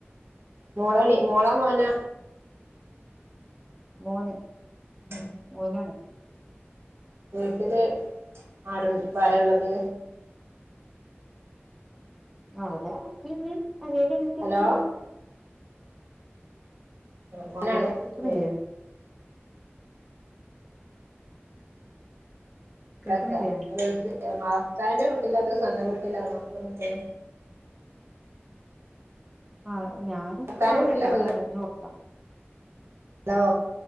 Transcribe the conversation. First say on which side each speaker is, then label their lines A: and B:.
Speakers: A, on the right; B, in the centre.
A: മോളണി മോളാ മോനാ
B: മോന്
A: ഉം
B: ഒരാള്
A: വീട്ടില് ആരുൺഇപ്പോ വരള്ളത്
B: ആഹ് ഇവടെ ഇപ്പിം ഇമ്മിം അനിയനും അനിയത്തിയൊക്കണ്ട്
A: ഹലോ മോനാണ്
B: ഹലോ കേക്കണില്ലേ
A: ഏ ക്കത്ത
B: കേൾക്കണില്ലേ
A: ഗൾഫില് മഫ്ത്താവ്ന്റെ വീട്ടിലാ അതൊ സ്വന്തം വീട്ടിലാണോ ഇപ്പ നിക്ക്ണെ
B: ആഹ് ഞാനിപ്പൊ
A: ഭർത്താവിന്റെ
B: അവിടല്ല
A: വീട്ടിലാ സ്വന്തം
B: കേരളത്തിന് പൊർത്താ
A: ഹലോ